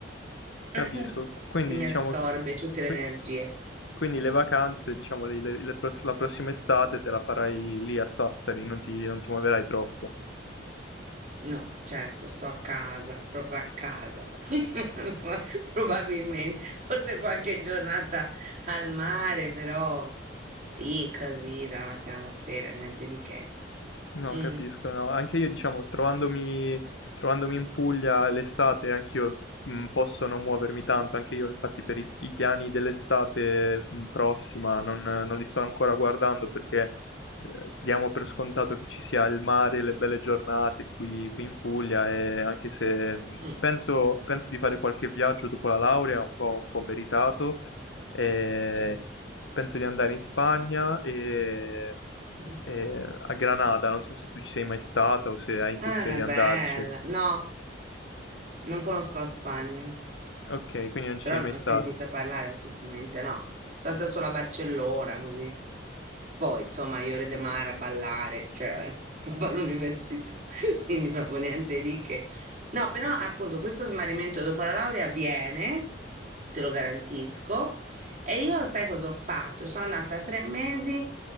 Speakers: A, on the right; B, on the left.
A: <laughs>
B: capisco. Quindi
A: che mi
B: diciamo
A: assorbe
B: che...
A: tutte
B: qui-
A: le energie.
B: Quindi le vacanze, diciamo, le- le- le pross- la prossima estate te la farai lì a Sassari, non ti, non ti muoverai troppo.
A: No, certo, sto a casa, proprio a casa. <laughs> Probabilmente, forse qualche giornata al mare, però sì, così, dalla mattina alla sera, niente di che.
B: No,
A: Mm,
B: capisco, no. Anche io, diciamo, trovandomi, trovandomi in Puglia l'estate, anch'io mh, posso non muovermi tanto. Anche io, infatti, per i, i piani dell'estate mh, prossima non, non li sto ancora guardando perché eh, diamo per scontato che ci sia il mare, le belle giornate qui, qui in Puglia. E anche se mh,
A: mm,
B: penso, penso di fare qualche viaggio dopo la laurea, un po', un po' meritato, e
A: certo.
B: penso di andare in Spagna e
A: Mm.
B: eh, a Granada, non so se tu ci sei mai stata o se hai intenzione
A: Ah,
B: di
A: è bella.
B: andarci.
A: No, non conosco la Spagna.
B: Ok, quindi non
A: Però
B: ci sei mai
A: non ne
B: stato.
A: ho sentita parlare naturalmente, no. Sono stata solo a Barcellona, così. Poi, insomma, a Iore de Mar a ballare, cioè, <laughs> proprio all'università, <laughs> quindi proprio niente di che. No, però appunto questo smarrimento dopo la laurea avviene, te lo garantisco, e io sai cosa ho fatto? Sono andata tre mesi